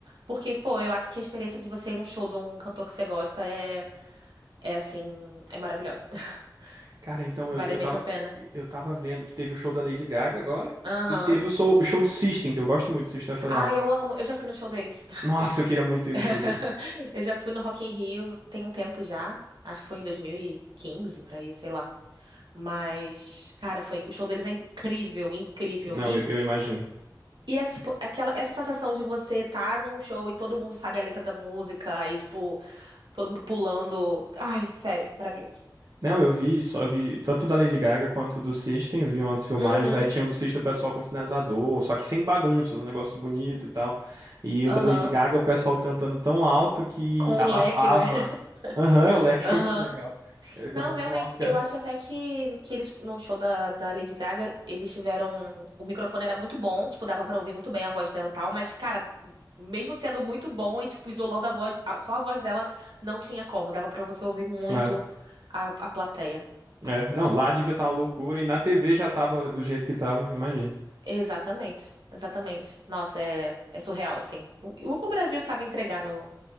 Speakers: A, on the right; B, on the right.
A: Porque, pô, eu acho que a experiência de você ir num show de um cantor que você gosta é, é assim, é maravilhosa. <laughs>
B: Cara, então
A: Vale
B: eu, eu
A: mesmo
B: tava.
A: a pena.
B: Eu tava vendo que teve o show da Lady Gaga agora
A: Aham.
B: e teve o show, o show do System, que eu gosto muito do System of a
A: Ah,
B: Down.
A: eu amo. Eu já fui no show deles.
B: Nossa, eu queria muito ir no
A: <laughs>
B: show deles.
A: Eu já fui no Rock in Rio tem um tempo já. Acho que foi em 2015 por ir, sei lá. Mas, cara, foi, o show deles é incrível, incrível.
B: Não,
A: E,
B: eu, eu imagino.
A: E essa, tipo, aquela, essa sensação de você estar num show e todo mundo sabe a letra da música, aí, tipo, todo mundo pulando. Ai, sério, maravilhoso.
B: Não, eu vi só, eu vi tanto da Lady Gaga quanto do System, eu vi umas filmagens,
A: Uhum,
B: aí tinha um do System o pessoal com sinalizador, só que sem bagunça, um negócio bonito e tal. E o
A: aham.
B: da Lady Gaga, o pessoal cantando tão alto que
A: Com
B: abafava.
A: o leque, né? <laughs>
B: Aham, o leque
A: Aham.
B: <laughs> foi muito legal. Eh,
A: Não,
B: Cantando
A: realmente,
B: tão alto que.
A: eu
B: é.
A: acho até que, que eles, no show da, da Lady Gaga, eles tiveram. O microfone era muito bom, tipo, dava pra ouvir muito bem a voz dela e tal, mas, cara, mesmo sendo muito bom e, tipo, isolando a voz, a- só a voz dela, não tinha como, dava pra você ouvir muito
B: É.
A: a, a plateia.
B: É, não, lá devia estar uma loucura e na TV já tava do jeito que tava, imagina.
A: Exatamente, exatamente. Nossa, é, é surreal, assim. O, o- o Brasil sabe entregar no,